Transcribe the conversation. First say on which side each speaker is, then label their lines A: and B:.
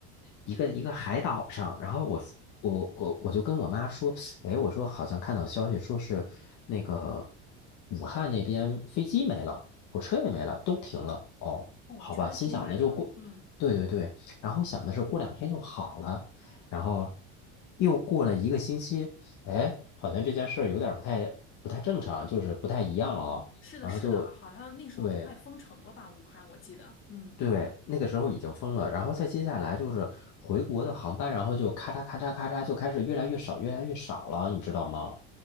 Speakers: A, on the left; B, on the left.
A: 一个一个海岛上，然后我我我我就跟我妈说，哎，我说好像看到消息说是那个武汉那边飞机没了，火车也没了，都停了。哦，
B: 哦，
A: 好吧，
B: 全都停摆了。
A: 心想的就过。
B: 嗯，
A: 对对对，然后想的是过两天就好了，然后又过了一个星期，哎，好像这件事儿有点儿不太不太正常，就是不太一样哦。
B: 是的，
A: 然后就
B: 是的，好像那时候都快封城了吧？
A: 对
B: 武汉，我记得。嗯，
A: 对，那个时候已经疯了。然后再接下来就是回国的航班，然后就咔嚓咔嚓咔嚓就开始越来越少，越来越少了，你知道吗？